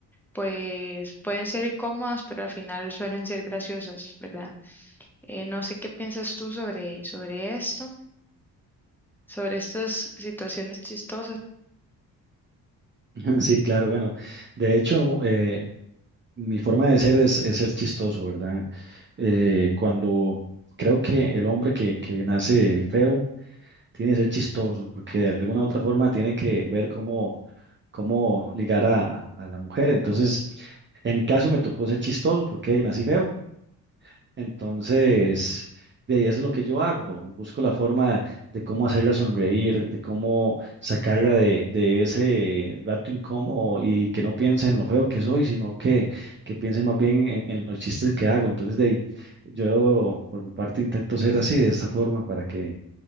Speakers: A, in the centre; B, on the right.
A: pues pueden ser incómodas, pero al final suelen ser graciosas, ¿verdad? Eh, no sé qué piensas tú sobre, sobre esto, sobre estas situaciones chistosas.
B: <laughs> Sí, claro, bueno, de hecho, eh, mi forma de ser es, es ser chistoso, ¿verdad? Eh, cuando creo que el hombre que, que nace feo tiene que ser chistoso, porque de alguna u otra forma tiene que ver cómo, cómo ligar a, a la mujer. Entonces, en mi caso me tocó ser chistoso porque nací feo. Entonces, de ahí eso es lo que yo hago. Bueno, Busco la forma de cómo hacerla sonreír, de cómo sacarla de, de ese rato incómodo y que no piense en lo feo que soy, sino que, que piense más bien en, en los chistes que hago. Entonces, de ahí, yo por mi parte intento ser así, de esta forma, para que,